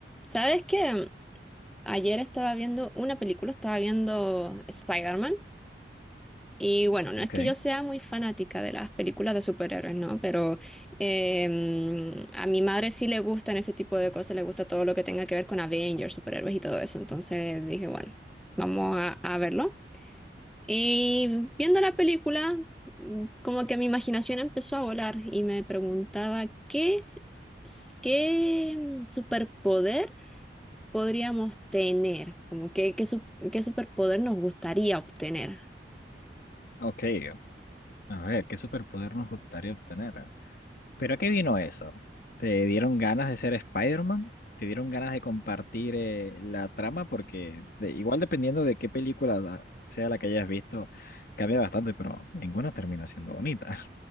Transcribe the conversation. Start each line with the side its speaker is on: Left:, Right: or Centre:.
Centre: ¿Sabes qué? Ayer estaba viendo una película, estaba viendo Spider-Man. Y bueno, no es
Left: Ok,
Centre: que yo sea muy fanática de las películas de superhéroes, ¿no? Pero em, a mi madre sí le gustan ese tipo de cosas, le gusta todo lo que tenga que ver con Avengers, superhéroes y todo eso. Entonces dije, bueno, vamos a, a verlo. Y viendo la película, mm, como que mi imaginación empezó a volar y me preguntaba qué, s- qué mm, superpoder podríamos tener, como que, qué, sup- qué superpoder nos gustaría obtener.
Left: ok. A ver, ¿qué superpoder nos gustaría obtener? ¿Pero a qué vino eso? ¿Te dieron ganas de ser Spider-Man? ¿Te dieron ganas de compartir eh, la trama? Porque de- igual dependiendo de qué película la- sea la que hayas visto, cambia bastante, pero ninguna termina siendo bonita.